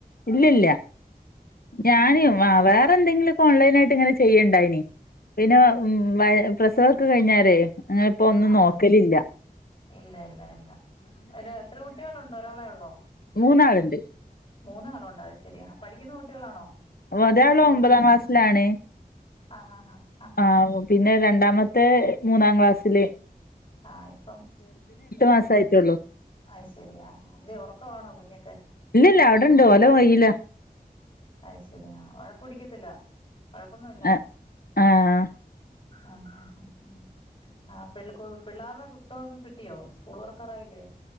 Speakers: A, on the left; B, on the left.
A: ഇല്ലില്ല ഞാന് വേറെ എന്തെങ്കിലുക്കെ ഓൺലൈനായിട്ട് ഇങ്ങനെ ചെയ്യണ്ടായിന് പിന്നെ ഉ വ പ്രസവൊക്കെ കഴിഞ്ഞാരേ അങ്ങനെ ഇപ്പോന്നും
B: ആഹ്
A: നോക്കലില്ല
B: ഹാ ഇല്ല ല്ല ല്ല അ എത്ര കുട്ടികളുണ്ട് ഒരാളെള്ളോ
A: മൂന്നാള്ണ്ട്
B: മൂന്നാളുണ്ട് അയ്ശരി പഠിക്കുന്ന കുട്ടികളാണോ
A: ഒരാള്
B: മൂന്ന്
A: ഒമ്പതാംക്ലാസ്സിലാണ്
B: ആഹ് ആഹ് ആഹ്
A: ആഹ് ആ പിന്നെ രണ്ടാമത്തെ മൂന്നാക്ലാസ്സില്
B: ആഹ് ഇപ്പം മൂന്ന്
A: മാസായിട്ടുള്ളൂ
B: അയ്ശെരിയ അതെ ഒറക്കാണോ കുഞ്ഞാക്കെ
A: ഇല്ലല്ല അവിടെണ്ട് ഓലകയ്യിലാ
B: അയ്ശെരിയാ അഹ് വഴക്കടിക്കത്തില്ല വഴക്കൊന്നുല്ല
A: ആഹ് ആഹ്
B: ആഹ് ആഹ് ആഹ് ആഹ് പി കു പിള്ളേരെ പുസ്തകൊക്കെ കിട്ടിയോ സ്കൂള് തൊറക്കറായില്ലേ